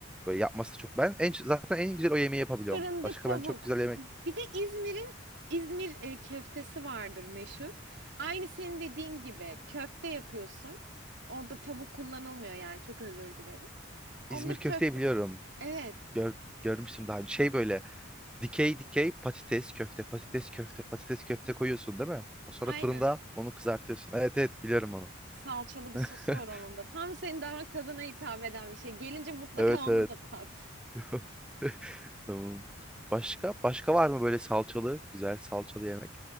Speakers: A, in the centre; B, on the right.
A: Böyle yapması çok. Ben en, zaten en güzel o yemeği yapabiliyorum.
B: Fırında
A: Başka
B: tavuk.
A: ben çok güzel yemek.
B: Bir de İzmir'in İzmir e, köftesi vardır meşhur. Aynı senin dediğin gibi köfte yapıyorsun. Orada tavuk kullanılmıyor yani çok özür dilerim. Onda
A: İzmir
B: köfte.
A: köfteyi biliyorum.
B: Evet.
A: gör, görmüştüm daha önce. Şey böyle dikey dikey patates köfte, patates köfte, patates köfte koyuyorsun değil mi? O sonra
B: Aynen.
A: fırında onu kızartıyorsun. Evet evet biliyorum onu.
B: Salçalı bir sosu
A: <laughs>
B: var onun da. Tam senin damak tadına hitap eden bir şey. Gelince mutlaka
A: Evet
B: onu
A: evet.
B: da tat.
A: <laughs> Tamam. Başka? Başka var mı böyle salçalı, güzel salçalı yemek